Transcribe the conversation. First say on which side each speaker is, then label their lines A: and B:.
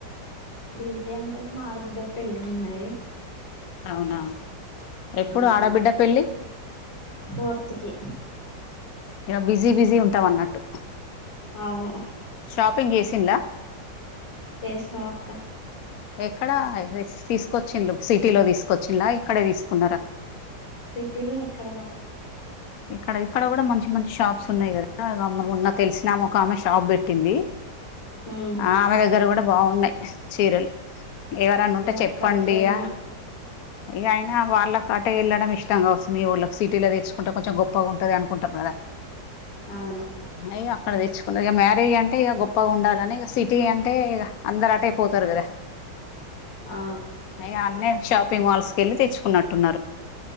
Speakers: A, on the left; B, on the left.
A: బిజీ అంటే మాఆడబిడ్డ పెళ్ళి ఉన్నది
B: అవునా ఎప్పుడు
A: ఆ
B: ఆడబిడ్డ పెళ్లి
A: ఫోర్త్ కి
B: ఇగ బిజీ బిజీ ఉంటావు అన్నట్టు
A: అవును
B: షాపింగ్ చేసిన్లా
A: చేసినాం అక్క
B: ఎక్కడ డ్రెస్ తీసుకొచ్చిలు సిటీలో తీసుకొచ్చింలా ఇక్కడే తీసుకున్నారా
A: సిటీల్నే ఇక్కడ కాదు
B: ఇక్కడ ఇక్కడ కూడా మంచి మంచి షాప్స్ ఉన్నాయి కదా మొన్న తెలిసినామే ఒక ఆమె షాప్ పెట్టింది
A: ఉమ్
B: ఆ ఆమె దగ్గర కూడా బాగున్నాయి చీరలు ఎవరన్నా ఉంటే
A: ఇగ
B: చెప్పండిగా
A: అక్కడికి వెళ్ళిన
B: ఇగ అయినా వాళ్ళకి అటే వెళ్ళడం ఇష్టం కావస్తుంది మీ వోళ్ళకి సిటీలో తెచ్చుకో కుంటే కొంచం గొప్పగుంటది అనుకుంటారు కదా
A: అవును
B: ఇగ అక్కడ తెచ్చుకున్నాది ఇగ, మ్యారేజ్ అంటే ఇగ గొప్పగా ఉండాలని ఇగ, సిటీ అంటే ఇగ అందరు అటే పోతారు కదా.
A: ఆ
B: ఇగ అన్ని షాపింగ్ మాల్స్ కేళ్ళి తెచ్చుకున్నట్టున్నారు.